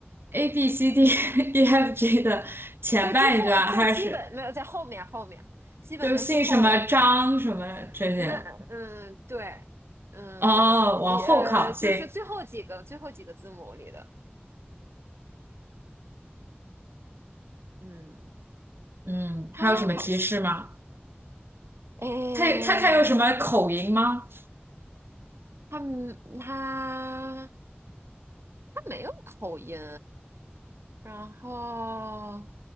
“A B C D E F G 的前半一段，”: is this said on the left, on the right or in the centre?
Right